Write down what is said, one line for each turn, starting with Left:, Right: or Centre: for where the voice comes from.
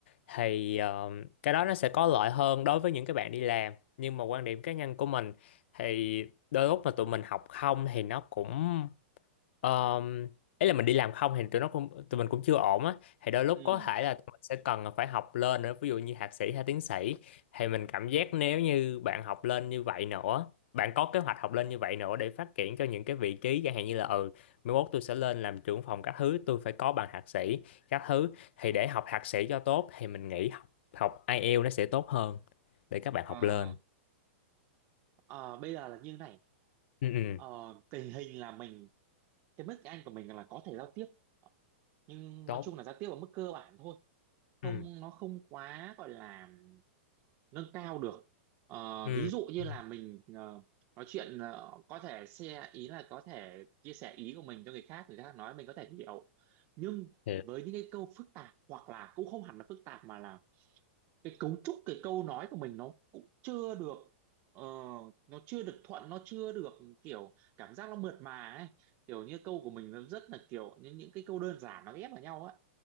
Left: thì um, cái đó nó sẽ có lợi hơn đối với những cái bạn đi làm nhưng mà quan điểm cá nhân của mình thì đôi lúc mà tụi mình học không thì nó cũng Um, ấy là mình đi làm không thì tụi nó cũng tụi mình cũng chưa ổn á thì đôi lúc
Right: ừm
Left: có thể là tụi mình sẽ cần phải học lên nữa ví dụ như thạc sĩ hay tiến sĩ thì mình cảm giác nếu như bạn học lên như vậy nữa bạn có kế hoạch học lên như vậy nữa để phát triển cho những cái vị trí chẳng hạn như là ừ mai mốt tôi sẽ lên làm trưởng phòng các thứ tôi phải có bằng thạc sĩ các thứ thì để học thạc sĩ cho tốt thì mình nghĩ học học IELTS nó sẽ tốt hơn để các bạn
Right: ờ.
Left: học lên
Right: Ờ, bây giờ là như này
Left: ừ, ừ,
Right: ờ, tình hình là mình cái mức Anh của mình là có thể giao tiếp Ờ, nhưng
Left: tốt
Right: nói chung là giao tiếp ở mức cơ bản thôi không
Left: ừ,
Right: nó không quá gọi là nâng cao được Ờ,
Left: ừ,
Right: ví dụ như
Left: ừ.
Right: là mình ờ, nói chuyện ờ, có thể share ý là có thể chia sẻ ý của mình cho người khác người khác nói mình có thể hiểu nhưng
Left: Hiểu.
Right: với những cái câu phức tạp hoặc là cũng không hẳn là phức tạp mà là cái cấu trúc cái câu nói của mình nó cũng chưa được ờ, nó chưa được thuận nó chưa được kiểu cảm giác nó mượt mà ấy kiểu như câu của mình nó rất là kiểu những những cái câu đơn giản nó ghép vào nhau á